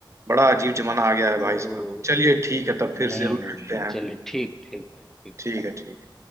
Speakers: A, on the right (about 35°); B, in the centre.
A: बड़ा अजीब जमाना आ गया है भाई
B: तो
A: साहब चलिए ठीक है तब फिर
B: नहीं
A: जरूर
B: नहीं
A: मिलते हैं
B: चलिए ठीक ठीक है ठीक
A: ठीक है ठीक